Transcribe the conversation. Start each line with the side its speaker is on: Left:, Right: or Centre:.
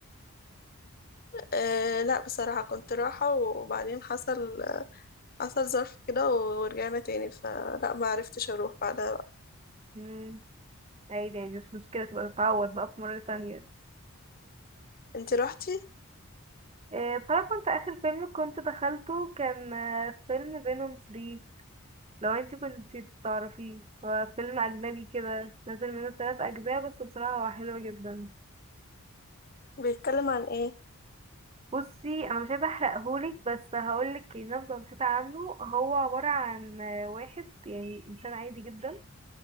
Left: آه، لا بصراحة كنت رايحة وبعدين حصل حصل ظرف كده ورجعنا تاني فلا ما عرفتش اروح بعدها بقى
Right: مم. عادي عادي مش مشكلة تبقى تتعوض بقى في مرة تانية
Left: انتي روحتي
Right: آه، بصراحة كنت آخر فيلم كنت دخلته كان آه، فيلم فينوم 3 لو انتي كنت تعرفيه هو فيلم أجنبي كده نزل منه تلات أجزاء بس بصراحة هو حلو جدا
Left: بيتكلم عن ايه
Right: بصي أنا مش عايزة أحرقهولك بس هقولك نبذة بسيطة عنه هو عبارة عن آه، واحد يعني إنسان عادي جدا